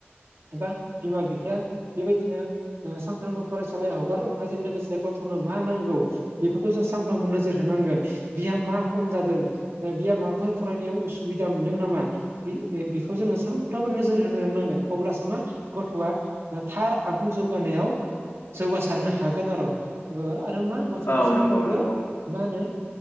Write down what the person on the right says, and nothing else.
एबा बिमा बिफाया बेबायदिनो सानफ्रोमबो फरायसालियाव हगार हरनायजों लोगोसे गथ'नो मा नांगौ बेफोरखौ जों सानफ्रोमबो नोजोर होनांगोन बिहा मा खम जादों बिहा माबाफोर फरायनायाव उसुबिदा मोनदों नामा बेखौ जोङो सानफ्रामबो नोजोर होनो रोंनांगोन अब्लासो मा गथ'आ थार आबुं जौगानायाव जौगासारनो हागोन आरो' आरो मा गथ'आनो
सानफ्रोमबो
मा होनो